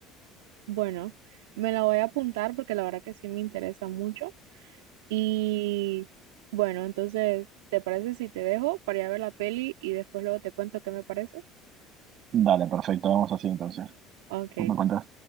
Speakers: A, on the right; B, on the right.
A: Bueno, me la voy a apuntar porque la verdad que sí me interesa mucho. Y bueno, entonces, ¿te parece si te dejo para ir a ver la peli y después luego te cuento qué me parece?
B: Dale, perfecto, vamos así entonces.
A: Ok,
B: Tú me contás.